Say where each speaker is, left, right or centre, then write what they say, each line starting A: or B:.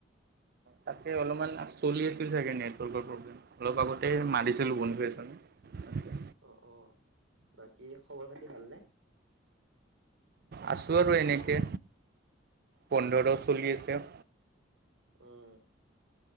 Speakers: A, on the right; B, on the right.
A: তাকে অলপমান চলি আছিল চাগে নেটৱৰ্কৰ প্ৰব্লেম, অলপ আগতে মাৰিছিলো বন্ধু এজনক। তা <unintelligible>
B: অ অ, বাকী খবৰ খাতি ভালনে?
A: আছোঁ আৰু এনেকে পোন্ধৰ
B: অ
A: চলি আছে।
B: উম।